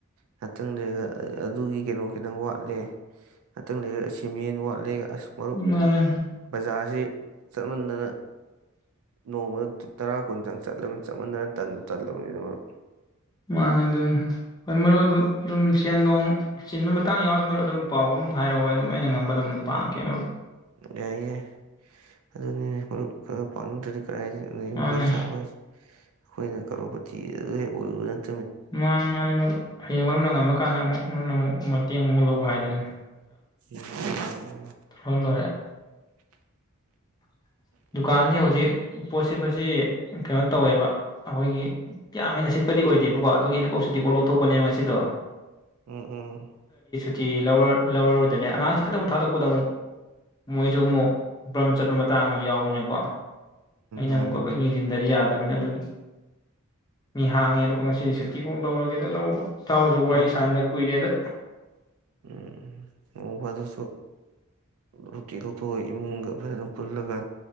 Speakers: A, on the right; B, on the left.
A: ꯉꯥꯛꯇꯪ ꯂꯩꯔꯒ ꯑꯗꯨꯒꯤ ꯀꯩꯅꯣ ꯈꯤꯇꯪ ꯋꯥꯠꯂꯦ ꯉꯥꯛꯇꯪ ꯂꯩꯔꯒ ꯁꯤꯃꯦꯟ ꯋꯥꯠꯂꯦꯒ ꯑꯁ ꯃꯔꯨꯞ
B: ꯃꯥꯅꯦ
A: ꯕꯖꯥꯔꯁꯤ ꯆꯠꯃꯟꯗꯅ ꯅꯣꯡꯃꯗ ꯇꯔꯥ ꯪꯀꯨꯟꯗꯪ ꯆꯠꯂꯃꯤꯅ ꯆꯞ ꯃꯥꯟꯅꯔꯦ ꯇꯟ ꯇꯟꯅ ꯂꯣꯏꯅꯃꯛ
B: ꯃꯥꯅꯦ ꯑꯗꯨꯅꯦ ꯍꯣꯏ ꯃꯔꯨꯞ ꯑꯗꯨ ꯑꯗꯨꯝ ꯁꯦꯟ ꯅꯨꯡ ꯆꯤꯟꯕ ꯃꯇꯥꯡ ꯌꯥꯎꯔꯁꯨ ꯃꯔꯨꯞ ꯑꯗꯨꯝ ꯄꯥꯎꯒ ꯑꯗꯨꯝ ꯍꯥꯏꯔꯛꯑꯣꯍꯦ ꯑꯗꯨꯝ ꯑꯩꯅ ꯉꯝꯕ ꯑꯗꯨꯝ
A: ꯎꯝ
B: ꯄꯥꯡꯉꯛꯀꯦ ꯃꯔꯨꯞ
A: ꯌꯥꯏ ꯌꯥꯏ ꯑꯗꯨꯅꯤꯅꯦ ꯃꯔꯨꯞ ꯈ꯭ꯔꯒ ꯄꯥꯡꯅꯥꯗ꯭ꯔꯗꯤ ꯀꯔꯥꯏꯗꯩ ꯌꯨꯝ
B: ꯃꯥꯅꯦ
A: ꯀꯩ ꯁꯥꯕ ꯍꯥꯏꯁꯦ ꯑꯩꯈꯣꯏꯅ ꯀꯔꯣꯔꯄꯇꯤ ꯑꯗꯨ ꯍꯦꯛ ꯑꯣꯏꯔꯨꯕꯅꯅꯦ
B: ꯃꯥꯅꯦ ꯃꯥꯅꯦ ꯃꯔꯨꯞ ꯍꯌꯦꯡ ꯃꯔꯨꯞꯅ ꯉꯝꯃꯀꯥꯟꯗ ꯑꯃꯨꯛ ꯃꯔꯨꯞꯅ ꯑꯃꯨꯛ ꯃꯇꯦꯡ ꯑꯃꯨꯛ ꯂꯧꯕ ꯍꯥꯏꯕꯗꯨꯅꯤ
A: ꯎꯝ
B: ꯇꯧꯔ ꯂꯣꯏꯔꯦ
A: <unintelligible>
B: <inaudible> ꯗꯨꯀꯥꯟꯁꯤ ꯍꯧꯖꯤꯛ ꯄꯣꯠ ꯁꯤꯠꯄꯁꯤ ꯀꯩꯅꯣ ꯇꯧꯋꯦꯕ ꯑꯩꯈꯣꯏꯒꯤ ꯀꯌꯥꯝ ꯍꯦꯟꯅ ꯁꯤꯠꯄꯗꯤ ꯑꯣꯏꯗꯦꯕꯀꯣ ꯑꯗꯨꯒꯤ ꯑꯩꯅ ꯀꯣꯛ ꯁꯨꯇꯤ ꯀꯣꯛ ꯂꯧꯊꯣꯛꯄꯅꯦꯕ ꯉꯁꯤꯗꯣ
A: ꯎꯝ ꯎꯝ
B: ꯇꯤ ꯂꯧꯔ ꯂꯧꯔꯔꯣꯏꯗꯅꯦ ꯑꯉꯥꯡꯁꯤ ꯈꯤꯇꯃꯛ ꯊꯥꯗꯣꯛꯄꯗ ꯑꯃꯨꯛ ꯃꯣꯏꯁꯨ ꯑꯃꯨꯛ ꯕ꯭ꯔꯝ ꯆꯠꯄ ꯃꯇ ꯑꯇꯥꯡꯕ ꯌꯥꯎꯕꯅꯤꯅꯀꯣ ꯑꯩꯅ
A: ꯃꯥꯅꯤ ꯃꯥꯅꯤ ꯎꯝ ꯎꯝ ꯎꯝ ꯎꯝ ꯃꯥꯅꯤꯅꯦ
B: ꯑꯃꯨꯛꯀ ꯌꯦꯡꯁꯤꯟꯗꯔꯗꯤ ꯌꯥꯗ ꯌꯥꯗꯕꯅꯤꯅ ꯑꯗꯨꯝ ꯃꯤ ꯍꯥꯡꯉꯦꯅ ꯀꯣ ꯉꯁꯤꯗꯤ ꯁꯨꯇꯤ ꯀꯣꯛ ꯂꯧꯔꯒꯦꯗꯅ ꯂꯧꯕ ꯏꯇꯥꯎꯁꯨ ꯋꯥꯔꯤ
A: ꯃꯥꯅꯤ
B: ꯁꯥꯟꯗ ꯀꯨꯏꯔꯦꯗ
A: ꯎꯝ ꯅꯣꯡꯐꯗꯁꯨ ꯁꯨꯇꯤ ꯂꯧꯊꯣꯛꯑ ꯏꯃꯨꯡꯒ ꯐꯖꯅ ꯄꯨꯜꯂꯒ